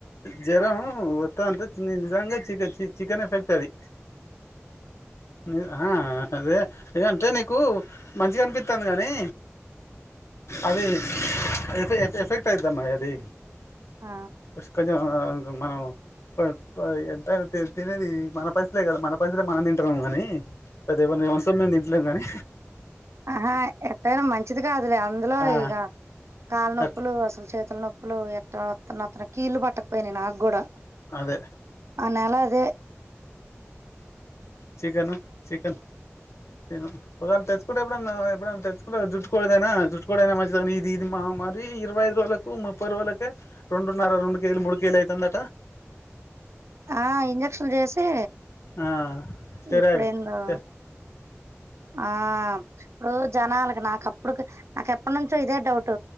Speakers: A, on the left; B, on the right.
A: జ్వరం వత్తది అనిపిత్తుంది నిజంగా చి చికెన్ ఎఫెక్ట్ అది. హ్ ఆహా అదే ఇగా అంటే నీకు మంచిగా అనిపిత్తంది కానీ అది ఎఫె ఎఫెక్ట్ అయిదమ్మాయి అది.
B: ఆ
A: కొంచెం మనం కొ కొ ఎంతైనా తి తినేది మన పైసలే కదా మన పైసలే మనం తింటన్నాము కానీ పెద్ద ఎమన్నా మంది సొమ్ము ఎం తింట్లేము కానీ.
B: ఆహా ఎట్టైనా మంచిది కాదులే అందులో
A: ఆ
B: ఇగ కాళ్ళ నొప్పులు,
A: అట్ల
B: అసలు చేతుల నొప్పులు ఎట్ అత్తనొతున్న కీళ్లు పట్టుకపోయినయి నాకు కూడా.
A: అదే
B: నెలదే
A: చికెను చికెన్ నేను ఒకాల తెచ్చకుంటే ఎప్పుడన్నా ఎప్పుడన్నా తెచ్చుకుంటే జుట్టుకోడిదైనా జుట్టుకోడైనా మంచిదే కానీ. ఇది మా మరి ఇరవైఐదు రోజులకు ముప్పై రోలకే రెండున్నర రెండు కేజీలు మూడు కేెజీలు అయితుందట
B: ఆ ఇంజక్షన్లు చేసి
A: ఆ స్టెరాయిడ్
B: ఇప్పుడేందో
A: స్టె
B: ఆ ఇప్పుడు జనాలకి నాకు ఇప్పుడు నాకెప్పటి నుంచో ఇదే డౌట్